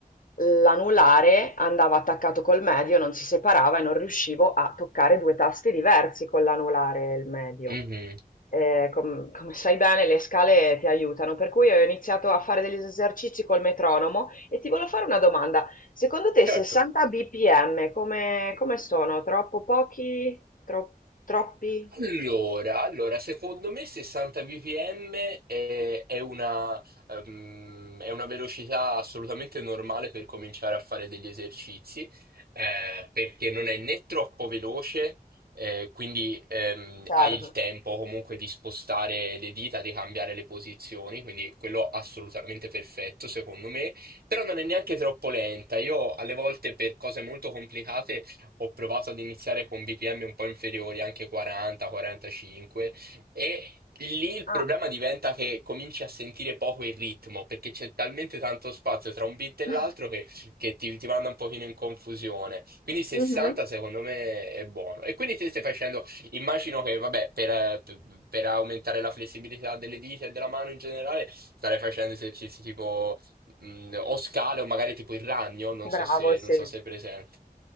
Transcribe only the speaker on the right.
Mhm,
certo.
Allora, allora, secondo me 60 bpm è, è una, ehm, è una velocità assolutamente normale per cominciare a fare degli esercizi, eh, perché non è né troppo veloce, eh, quindi ehm,
hai il tempo comunque di spostare le dita, di cambiare le posizioni, quindi quello assolutamente perfetto secondo me, però non è neanche troppo lenta. Io alle volte per cose molto complicate ho provato ad iniziare con BPM un po' inferiori, anche 40, 45, e lì il
problema diventa che cominci a sentire poco il ritmo, perché c'è talmente tanto spazio tra un beat e
l'altro che, che ti, ti manda un pochino in confusione. Quindi 60
secondo me è buono. E quindi te stai facendo, immagino che, vabbè, per, eh, per- per aumentare la flessibilità delle dita e della mano in generale, starei facendo esercizi tipo mh, o scale o magari tipo il ragno, non
so se,
non so se è presente.